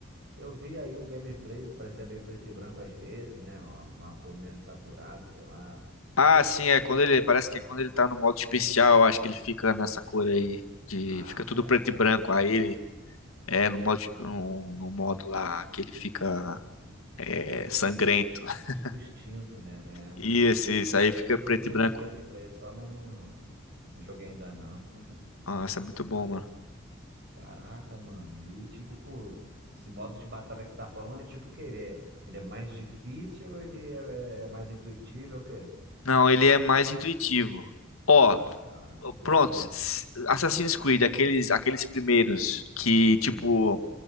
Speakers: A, on the right; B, on the left.
A: eu vi aí um gameplay, parecia meio preto e branco às vezes, né? Uma, uma cor menos saturada, sei lá.
B: Ah, sim, é quando ele. Parece que é quando ele tá no modo especial, acho que ele fica nessa cor aí. De,
A: Ah,
B: fica tudo
A: tá.
B: preto e branco. Aí ele. É, no modo, no, no modo lá que ele fica é, sangrento. <laughs>
A: Tipo extinto, né?
B: E
A: É.
B: esse, isso aí fica
A: Eu
B: preto
A: vi
B: e
A: umas
B: branco.
A: gameplays só, mas não, não joguei ainda não. <laughs>
B: Nossa, é muito bom, mano.
A: Caraca, mano. E tipo, pô, esse modo de batalha que você tá falando é tipo o quê? Ele é, ele é mais difícil ou ele é, é mais intuitivo? É o quê?
B: Não, ele é mais intuitivo. Ó,
A: Ah, tá.
B: pronto.
A: Ah,
B: s- s- Assassin's Creed, aqueles, aqueles primeiros que,
A: sim.
B: tipo,